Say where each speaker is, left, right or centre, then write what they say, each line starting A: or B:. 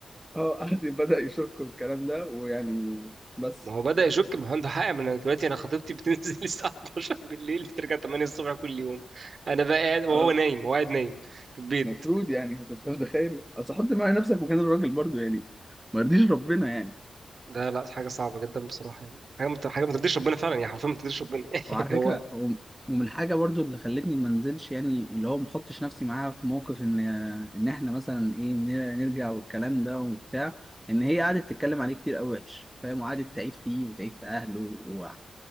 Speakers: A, in the centre; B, on the right.
A: اه قعد بدا يشك والكلام ده ويعني بس
B: ما هو بدأ يشك ما هو عنده حق ما انا دلوقتي انا خطيبتي بتنزل <laughs> الساعة 12 بالليل بترجع 8 الصبح كل يوم انا بقى قاعد وهو
A: آه،
B: نايم هو قاعد نايم في البيت
A: المفروض يعني انت متخيل اصل حط معايا نفسك مكان الراجل برضو يعني ما يرضيش ربنا يعني
B: ده لا حاجة صعبة جدا بصراحة يعني حاجة مت... حاجة ما ترضيش ربنا فعلا يعني حرفيا ما ترضيش ربنا <laughs>
A: وعلى
B: يعني
A: فكرة
B: هو
A: وم- ومن الحاجة برضو اللي خلتني ما انزلش يعني اللي هو ما احطش نفسي معاها في موقف ان ان احنا مثلا ايه ن- نرجع والكلام ده وبتاع ان هي قعدت تتكلم عليه كتير قوي وحش فاهم وقعدت تعيب فيه وتعيب في اهله و...